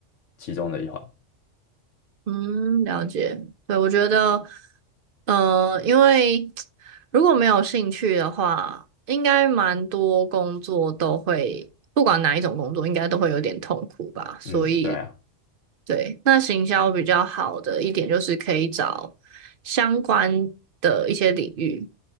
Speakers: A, on the left; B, on the right.
A: 其中的一环。
B: 嗯，了解。对，我觉得，呃，因为如果没有兴趣的话，应该蛮多工作都会，不管哪一种工作，应该都会有点痛苦吧。所以，
A: 嗯，对啊，
B: 对，那行销比较好的一点就是可以找相关的一些领域，